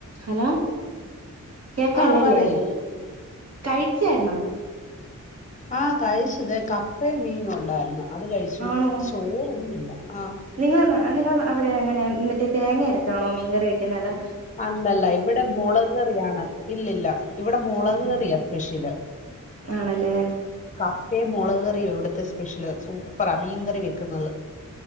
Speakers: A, on the right; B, on the left.
A: Hello കേക്കാലല്ലേ
B: ആഹ് പറയ്
A: കഴിച്ചായിരു ന്നോ
B: ആ കഴിച്ചത് കപ്പയും മീന ഉണ്ടായിരുന്നു അത് കഴിച്ചു
A: ആണോ
B: ഷോറ ഇില്ല ആ
A: നിങ്ങളെ നിങ്ങളെ അവിടെ എങ്ങനെ മറ്റേ തേങ്ങ അരച്ചാണോ മീൻ കറി വഴിക്കുന്നതാ
B: അല്ലല്ല ഇവിടെ മുളക്ക കേറിയാണ് ഇല്ലല്ല ഇവിടെ മുളക്
A: എന്റെമ്മേ
B: കേയറിയാ സ്പെഷ്യല്
A: ആണല്ലേ
B: പ മുളക്കറിയോ ഇവിടത്തെ സ്പെഷ്യല് സൂപ്പറാ മീൻ കറി വെക്കുന്നത്